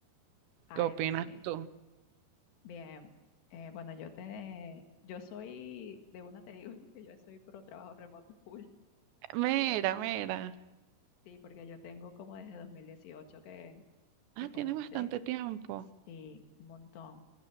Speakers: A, on the left; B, on the right.
A: Ay,
B: ¿Qué opinas
A: no, sí.
B: tú?
A: Bien. Eh, bueno, yo te, yo soy, de una te digo <laughs> que yo soy pro trabajo remoto full. <laughs>
B: Mira,
A: Por,
B: mira.
A: sí, porque yo tengo como desde 2018 que,
B: Ah,
A: que comencé.
B: tiene bastante tiempo.
A: Sí, un montón.